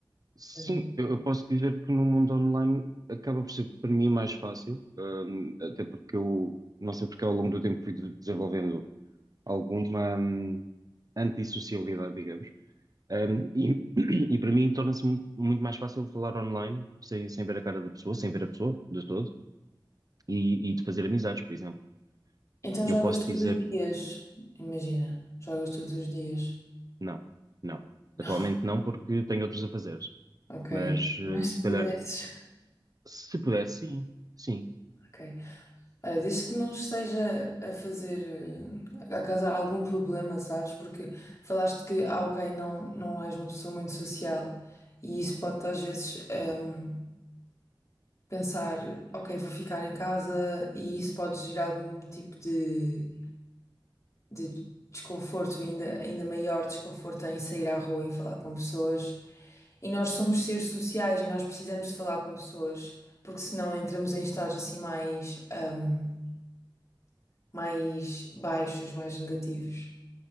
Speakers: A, on the right (about 45°); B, on the left (about 40°).
A: Sim,
B: Hum.
A: eu, eu posso dizer que no mundo online acaba por ser para mim mais fácil, hum, até porque eu não sei porque ao longo do tempo fui de- desenvolvendo alguma hum, antissociabilidade, digamos. Um, e, <clears throat> e para mim torna-se mu- muito mais fácil falar online, sem, sem ver a cara da pessoa, sem ver a pessoa de todo, e, e de fazer amizades, por exemplo.
B: Então jogas
A: Eu posso
B: todos
A: dizer
B: os dias. Imagina, jogas todos os dias.
A: não, não.
B: <laughs> Não.
A: Atualmente não, porque tenho outros a fazer.
B: Ok.
A: Mas eh,
B: Mas
A: se
B: se
A: calhar,
B: pudesses.
A: se pudesse, sim, sim,
B: Ok. Olha, desde que não esteja a fazer, eh, a causar algum problema, sabes? Porque falaste que, ah, ok, não, não és uma pessoa muito social e isso pode-te às vezes ehm, pensar, ok, vou ficar em casa e isso pode gerar algum tipo de, de desconforto, ainda, ainda maior desconforto em sair à rua, em falar com pessoas. E nós somos seres sociais e nós precisamos de falar com pessoas, porque senão entramos em estados assim mais. ehm, mais baixos, mais negativos.